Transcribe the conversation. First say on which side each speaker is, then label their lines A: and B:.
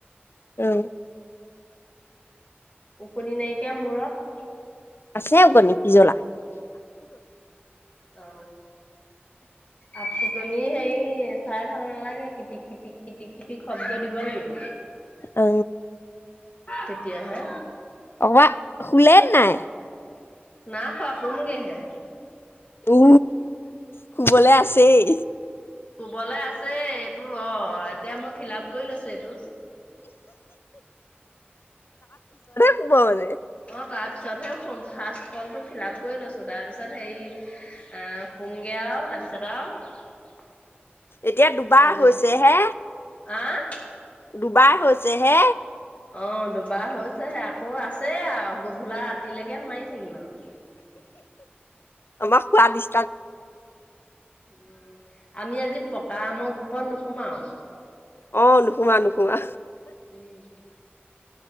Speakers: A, on the left (about 70°); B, on the left (about 35°).
A: উম
B: উওকণি নাইকিয়া মূৰত
A: আছে উওকনি পিজ্বলা
B: অ আফুটনি হে খাই ভাল নালাগে কটিক কটিক কটিক কতি শব্দ দিব লাগিব
A: অ
B: তেতিয় হে
A: অকবা শুলে নাই
B: নাপা সুম গেহে
A: উ শুবলৈ আছেই
B: শুবলৈ আছে ছে এইটো অ এতিয়া মই ফিল আপ কৰি লৈছো এইটো
A: খ বে
B: পাত পিছতহে ফাৰ্ষ্ কলটো ফিল আপ কৰি লৈছোঁ তাৰপিছত হেৰি কোমগৈ আৰু তাৰপিছত আৰু
A: এতিয়া দুবাৰ
B: আজৰি।
A: হৈছে হে
B: আহ
A: দুবাৰ হৈছে হে
B: অ দুবাৰ হৈছেহে আকৌ আছে আৰু গধূলা ৰাতিলৈকে মাৰি থাকিম আৰু
A: আমাক খোৱা দিষ্টাক
B: উম আমি আজি পকা আমৰ গোপত নোসোমাও
A: অ নুসোমা নুসোমা
B: উম